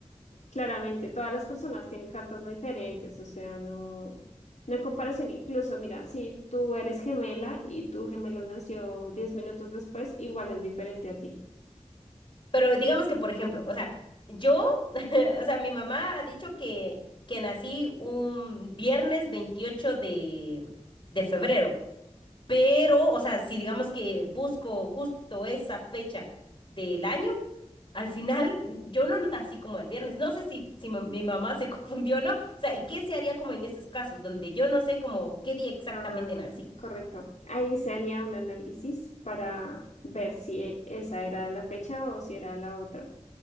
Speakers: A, on the left; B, on the left.
A: Claramente, todas las personas tienen cartas muy diferentes, o sea, no, no hay comparación. Incluso, mira, si tú eres gemela y tu gemelo nació 10 minutos después, igual es diferente a ti.
B: Pero digamos que, por ejemplo, o sea, yo, <laughs> o sea, mi mamá ha dicho que, que nací un viernes 28 de, de febrero, pero, o sea, si digamos que busco justo esa fecha del año, al final n- yo no nací como el viernes. No sé si, si ma- mi mamá se <laughs> confundió o no. O sea, ¿y qué se haría como en esos casos donde yo no sé como qué día exactamente
A: Ah,
B: nací?
A: correcto. Ahí se haría un análisis para ver si e- esa era la fecha o si era la otra.